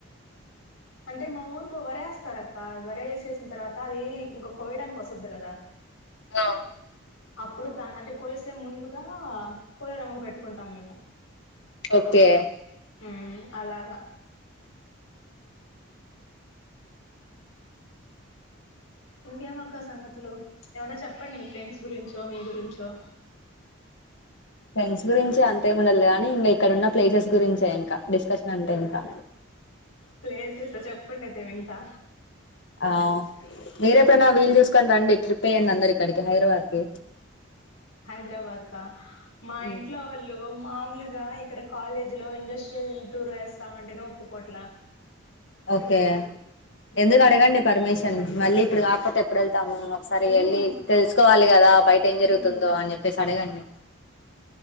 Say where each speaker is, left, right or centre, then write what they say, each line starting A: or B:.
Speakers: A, on the left (about 75°); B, on the left (about 55°).
A: అంటే మా ఊర్లో వరేస్తారు అక్క వర వేసేసిన తర్వాత అది ఇంకా కోయిడ్డానికి వసద్ది కదా
B: అ
A: అప్పుడు దాన్ అంటే కొలిసే ముందుగా పోలేరమ్మకి పెట్టుకుంటాం మేము
B: ఓకే
A: మ్ అలాగా ఇంకేమక్క సంగతులు ఎవన్న చెప్పండి మీ ఫ్రెండ్స్ గురించో మీ గురించో
B: ఫ్రెండ్స్ గురించి అంతేం ఉండదులేగానీ ఇంకా ఇక్కడన్న ప్లేసెస్ గురించే ఇంకా డిస్కషన్ అంటె ఇంకా
A: ప్లేసెసా చెప్పండి అయితే వింటా
B: ఆ మీరేప్పుడన్నా వీలు చూసుకొన్ రండి ట్రిప్ ఎయ్యండి అందరు ఇక్కడికి హైదరాబాద్కి
A: హైదరాబాద్ కా మా
B: కి
A: ఇంట్లో వాళ్ళు మాములుగా ఇక్కడ కాలేజీ లో ఇండస్ట్రియల్ టూర్ వేస్తామంటేనే ఒప్పుకోట్లా
B: ఓకే
A: మ్మ్
B: ఎందుకు అడగండి పర్మిషన్ మళ్ళీ ఇప్పుడు కాకపోతే ఎప్పుడ ఎల్ తాము ఒకసారి
A: మ్మ్
B: వెళ్ళి తెలుసుకోవాలి కదా బయట ఏం
A: మ్మ్
B: జరుగుతుందో అని చెప్పేసి అడ అడగండి